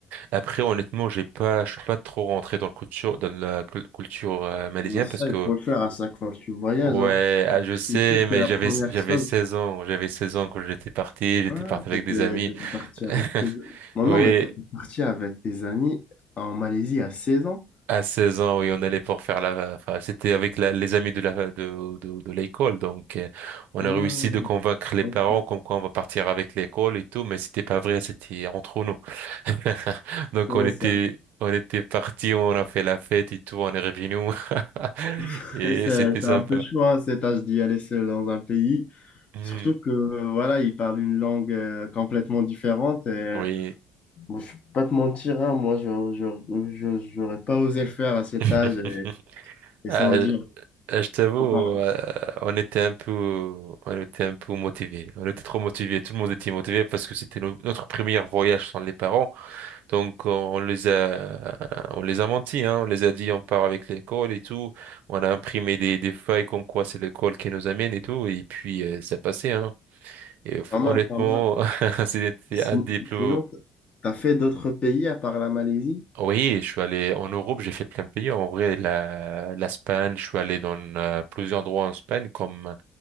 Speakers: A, on the right (about 75°); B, on the left (about 45°).
A: Après, honnêtement, j'ai pas, je suis pas trop rentré dans le culture, dans la cul- culture euh, malaisienne
B: Ah, ça,
A: parce que,
B: il faut le faire à chaque fois que tu voyages.
A: ouais,
B: hein.
A: ah,
B: La
A: je sais,
B: culture,
A: mais
B: c'est la
A: j'avais,
B: première
A: j'avais
B: chose.
A: 16 ans, j'avais 16 ans quand j'étais parti, j'étais
B: Ah,
A: parti avec
B: t'étais,
A: des amis.
B: t'étais parti
A: <laughs>
B: avec tes... Non,
A: Oui,
B: non, mais t'étais parti avec tes amis en Malaisie à 16 ans?
A: À 16 ans, oui, on allait pour faire la... Enfin, c'était avec la- les amis de la, de, de, de l'école, donc euh, on
B: Ah,
A: a réussi de convaincre les
B: ok.
A: parents comme quoi on va partir avec l'école et tout, mais c'était pas vrai, c'était entre nous. <laughs> Donc
B: Ouais,
A: on était,
B: c'est un,
A: on était partis, on a fait la fête et tout, on est revenus <laughs>
B: <laughs>
A: et
B: c'est-
A: c'était
B: c'est
A: sympa.
B: un peu chaud, hein, cet âge d'y aller seul dans un pays.
A: Mhm.
B: Surtout que euh, voilà, ils parlent une langue euh, complètement différente. Et,
A: Oui.
B: bon, je ne vais pas te mentir, hein, moi, je je je j'aurais pas osé le faire à cet
A: <laughs>
B: âge. Et, et
A: Ah,
B: sans
A: Euh,
B: dire,
A: Je t'avoue,
B: oh, pas,
A: euh, on était un peu, on était un peu motivés. On était trop motivés. Tout le monde était motivé parce que c'était no- notre premier voyage sans les parents. Donc, on on les a, on les a menti, hein. On les a dit, on part avec l'école et tout. On a imprimé des, des feuilles comme quoi c'est l'école qui nous amène et tout. Et puis, euh, ça passait, hein. Et f-
B: pas
A: honnêtement,
B: mal, pas mal.
A: <laughs> c'était
B: Et si-
A: un des plus,
B: sinon, tu as fait d'autres pays à part la Malaisie?
A: Oui, je suis allé en Europe, j'ai fait plein de pays. En vrai, la, l'Espagne, je suis allé dans euh, plusieurs endroits en Espagne, comme,